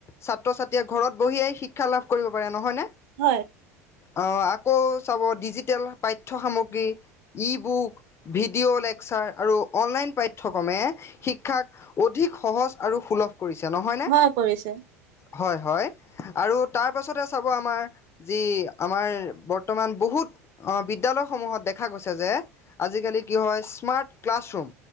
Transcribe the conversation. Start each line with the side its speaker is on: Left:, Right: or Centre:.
Left: ছাত্ৰ-ছাত্ৰীয়ে ঘৰত বহিয়ে শিক্ষা লাভ কৰিব পাৰে, নহয়নে!
Right: হয়
Left: অ, আকৌ চাব, ডিজিটেল পাই ঠ্য সামগ্ৰী, ই বুক, ভিডিঅ লেকচাৰ আৰু অনলাইন পাঠ্যক্ৰমে শিক্ষাক অধিক সহজ আৰু সুলভ কৰিছে, নহয়নে!
Right: হয় কৰিছে
Left: হয়, হয়, আৰু তাৰ পাছতে চাব আমাৰ যি আমাৰ বৰ্তমান বহুত বিদ্যালয়সমূহত দেখা গৈছে যে আজিকালি কি হয় স্মাৰ্ট ক্লাছৰুম।